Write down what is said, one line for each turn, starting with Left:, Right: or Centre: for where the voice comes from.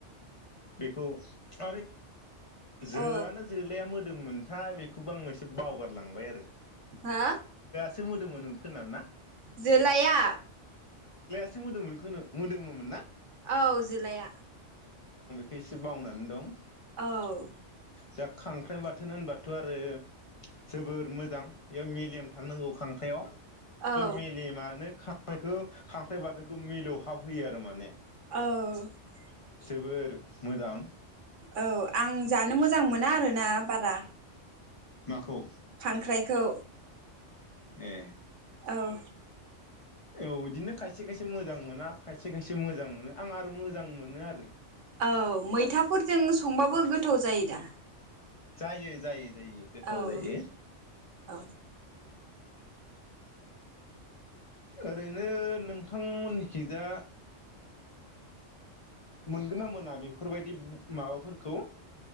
Left: बेखौ आरो जोआना
Right: औ
Left: जोलाया मो दोंमोमोनथाय बेखौबो आं एसे बावगारलांबाय आरो।
Right: हा?
Left: सोमोदोमोमोन खोमा ना?
Right: जोलाया।
Left: सो मोदोमोन खोनो मोदोमोमोन ना?
Right: औ जोलाया।
Left: खैसो बावनानै दं।
Right: औ
Left: दा खांख्राइ बाथोन होनबाथ' आरो जोबोर मोजां बेयाव मेलेम थानांगौ खांख्राइआव।
Right: औ
Left: बे मेलेमानो खा ख्रायखो खांख्राइ बाथोनखौ मिलौहाब होयो आरो माने।
Right: औ
Left: जोबोर मोजां।
Right: औ आं जानो मोजां मोना आरोना बारा।
Left: नाखौ?
Right: खांख्राइखौ।
Left: ए
Right: औ
Left: औ बिदिनो खायसे खायसे मोजां मोना खायसे खायसे मोजां मोनो आं आरो मोजां मोनो आरो।
Right: औ मैथाफोरजों संबाबो गोथाव जायो दा।
Left: जायो जायो। जायो गोथाव
Right: औ
Left: जायो।
Right: औ
Left: ओरैनो नोंथांमोननिखि जा मोनगोन ना मोना बेफोरबायदि माबाफोरखौ